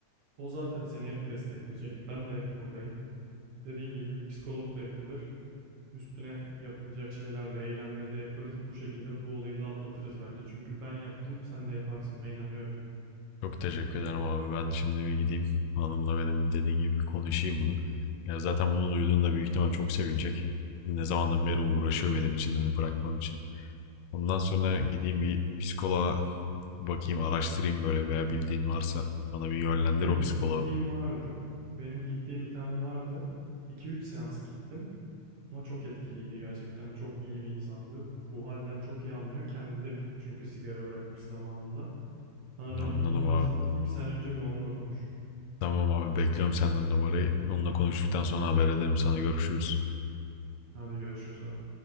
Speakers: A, on the right; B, on the left.
A: o zaten seni hep destekleyecek. Ben de hep buradayım. Dediğin gibi psikolog da yapılır. Üstüne yapılacak şeyler de eylemleri de yaparız. Bu şekilde bu olayı da atlatırız bence. Çünkü ben yaptım, sen de yaparsın. Ben inanıyorum.
B: Çok teşekkür ederim abi. Ben şimdi bir gideyim. Hanımla benim dediğin gibi bir konuşayım bunu. Ya zaten bunu duyduğunda büyük ihtimal çok sevinecek. Ne zamandan beri uğraşıyor benim için hani bırakmam için. Ondan sonra gideyim bir psikoloğa bakayım araştırayım böyle veya bildiğin varsa bana bir yönlendir
A: Benim
B: o psikoloğu.
A: gittiğim vardı. Benim gittiğim bir tane vardı. 2 üç seans gittim. Ama çok etkiliydi gerçekten. Çok iyi bir insandı. Bu halden çok iyi anlıyor. Kendi de çünkü sigara bırakmış zamanında. Sana ben
B: Anladım
A: onun numarasını
B: abi.
A: atayım. Sen önce bir onunla konuş.
B: Tamam abi bekliyorum senden numarayı. Onunla konuştuktan sonra haber ederim sana görüşürüz.
A: Hadi görüşürüz abi.